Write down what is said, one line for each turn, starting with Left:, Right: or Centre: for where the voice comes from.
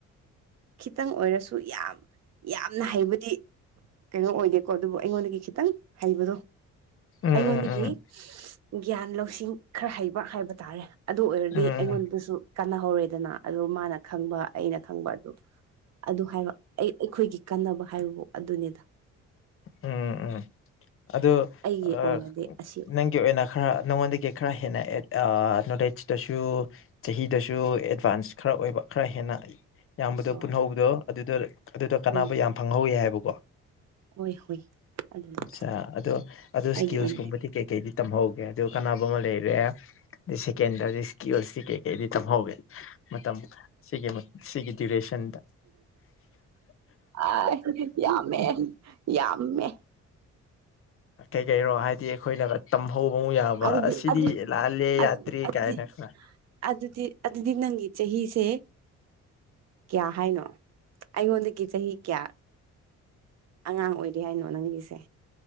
Right: ꯈꯤꯇꯪ ꯑꯣꯏꯔꯁꯨ ꯌꯥꯝ ꯌꯥꯝꯅ ꯍꯩꯕꯗꯤ ꯀꯩꯅꯣ ꯑꯣꯏꯗꯦꯀꯣ ꯑꯗꯨꯕꯨ ꯑꯩꯉꯣꯟꯗꯒꯤ ꯈꯤꯇꯪ ꯍꯩꯕꯗꯣ
Left: ꯎꯝ ꯎꯝ
Right: ꯑꯩꯉꯣꯟꯗꯒꯤ
Left: ꯎꯝ
Right: ꯒ꯭ꯌꯥꯟ ꯂꯧꯁꯤꯡ ꯈꯔ ꯍꯩꯕ ꯍꯥꯏꯕ ꯇꯥꯔꯦ ꯑꯗꯨ ꯑꯣꯏꯔꯗꯤ
Left: ꯎꯝ
Right: ꯑꯩꯉꯣꯟꯗꯁꯨ ꯀꯥꯟꯅꯍꯧꯔꯦꯗꯅ ꯑꯗꯨꯗꯣ ꯃꯥꯅ ꯈꯪꯕ ꯑꯩꯅ ꯈꯪꯕ ꯑꯗꯨ ꯑꯗꯨ ꯍꯥꯏꯕ ꯑꯩ ꯑꯩꯈꯣꯏꯒꯤ ꯀꯥꯟꯅꯕ ꯍꯥꯏꯕꯕꯨ ꯑꯗꯨꯅꯤꯗ
Left: ꯎꯝ ꯎꯝ ꯑꯗꯨ
Right: ꯑꯩꯒꯤ
Left: ꯑꯞꯅꯪꯒꯤ
Right: ꯑꯣꯏꯅꯗꯤ ꯑꯁꯤ
Left: ꯑꯣꯏꯅ ꯈꯔ ꯅꯉꯣꯟꯗꯒꯤ ꯈꯔ ꯍꯦꯟꯅꯠ ꯅꯣꯠꯖꯇꯁꯨ ꯆꯍꯤꯗꯁꯨ ꯑꯦꯗꯚꯥꯟꯁ ꯈꯔ ꯑꯣꯏꯕ ꯈꯔ ꯍꯦꯟꯅ ꯌꯥꯝꯕꯗꯣ
Right: ꯑꯣ
Left: ꯄꯨꯟꯍꯧꯕꯗꯣ ꯑꯗꯨꯗ ꯑꯗꯨꯗ ꯀꯥꯟꯅꯕ
Right: ꯎꯝ
Left: ꯌꯥꯝ ꯐꯪꯍꯧꯋꯤ ꯍꯥꯏꯕꯀꯣ꯫
Right: ꯍꯣꯏ ꯍꯣꯏ꯫ ꯑꯗꯨꯅꯤ
Left: ꯑꯆꯥ ꯑꯗꯣ ꯑꯗꯨꯣ
Right: ꯑꯩꯒꯤ
Left: ꯁ꯭ꯀꯤꯜꯁꯀꯨꯝꯕꯗꯤ
Right: ꯑꯣꯏꯅꯗꯤ
Left: ꯀꯩꯀꯩꯗꯤ ꯇꯝꯍꯧꯒꯦ ꯑꯗꯨ ꯀꯥꯟꯅꯕ ꯑꯃ ꯂꯩꯔꯦ ꯑꯗꯩ ꯁꯦꯀꯦꯟꯗꯗꯤ ꯏꯁꯀꯤꯜꯁꯇꯤ ꯀꯩ ꯑꯩꯗꯤ ꯇꯝꯍꯧꯒꯦ ꯃꯇꯝ ꯁꯤꯒꯤ ꯁꯤꯒꯤ ꯗꯤꯔꯦꯁꯟꯗ
Right: ꯑ ꯌꯥꯝꯃꯦ ꯌꯥꯝꯃꯦ꯫
Left: ꯀꯩ ꯀꯩꯅꯣ ꯍꯥꯏꯗꯤ ꯑꯩꯈꯣꯏꯅꯒ ꯇꯝꯍꯧꯕ ꯌꯥꯕ
Right: ꯑꯗꯨꯗꯤ
Left: ꯑꯁꯤꯗꯤ
Right: ꯑꯗꯨ
Left: ꯂꯥꯜꯂꯦ
Right: ꯑꯗꯨ
Left: ꯌꯥꯠꯇ꯭ꯔꯦ
Right: ꯑꯗꯨꯗꯤ
Left: ꯀꯥꯏꯅ ꯈ
Right: ꯑꯗꯨꯗꯤ ꯑꯗꯨꯗꯤ ꯅꯪ ꯆꯍꯤꯁꯦ ꯀꯌꯥ ꯍꯥꯏꯅꯣ ꯑꯩꯉꯣꯟꯗꯒꯤ ꯆꯍꯤ ꯀꯌꯥ ꯑꯉꯥꯡ ꯑꯣꯏꯔꯤ ꯍꯥꯏꯅꯣ ꯅꯪꯒꯤꯁꯦ꯫